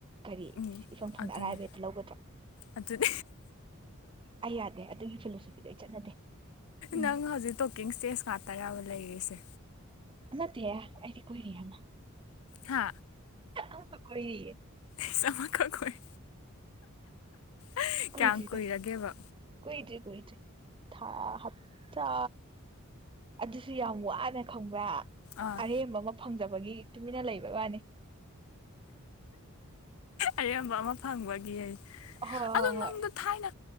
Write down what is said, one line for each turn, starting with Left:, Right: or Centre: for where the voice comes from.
Right: ꯀꯔꯤ
Left: ꯎꯝ
Right: ꯏꯁ ꯏꯐꯣꯡ ꯐꯣꯡꯅ
Left: ꯑꯗꯨꯅꯦ
Right: ꯑꯔꯥꯏꯕ ꯍꯦꯛꯇ ꯂꯧꯒꯗ꯭ꯔꯣ
Left: ꯑꯗꯨꯅꯦ
Right: ꯑꯩ ꯌꯥꯗꯦ ꯑꯗꯨꯒꯤ ꯐꯤꯂꯣꯁꯣꯐꯤꯗꯣ ꯑꯩ ꯆꯠꯅꯗꯦ ꯎꯝ
Left: ꯅꯪ ꯍꯧꯖꯤꯛ ꯇꯣꯛꯀꯤꯡ ꯏꯁꯇꯦꯖ ꯉꯥꯛꯇꯔꯥꯕ ꯂꯩꯔꯤꯁꯦ
Right: ꯅꯠꯇꯦꯍꯦ ꯑꯩꯗꯤ ꯀꯣꯏꯔꯤ ꯑꯃ
Left: ꯍꯥ
Right: ꯑꯃ ꯀꯣꯏꯔꯤꯌꯦ
Left: ꯏꯁ ꯑꯃꯈꯛ ꯀꫭꯏ ꯑꯑ
Right: ꯀꯨꯏꯗ꯭ꯔꯤꯗ
Left: ꯀꯌꯥꯝ ꯀꯨꯏꯔꯒꯦꯕ
Right: ꯀꯨꯏꯗ꯭ꯔꯤ ꯀꯨꯏꯗ꯭ꯔꯤ ꯊꯥ ꯍꯞꯇꯥ ꯑꯗꯨꯁꯨ ꯌꯥꯝ ꯋꯥꯅ ꯈꯪꯕ꯭ꯔꯥ
Left: ꯑꯥ
Right: ꯑꯔꯦꯝꯕꯃ ꯐꯪꯖꯕꯒꯤ ꯇꯨꯃꯤꯟꯅ ꯂꯩꯕ ꯋꯥꯅꯤ
Left: ꯑꯔꯦꯝꯕ ꯑꯃ ꯐꯪꯕꯒꯤ ꯑꯌꯦ
Right: ꯍꯣꯏ ꯍꯣꯏ
Left: ꯑꯗꫭ
Right: ꯍꯣꯏ
Left: ꯅꯪꯗ ꯊꯥꯏꯅ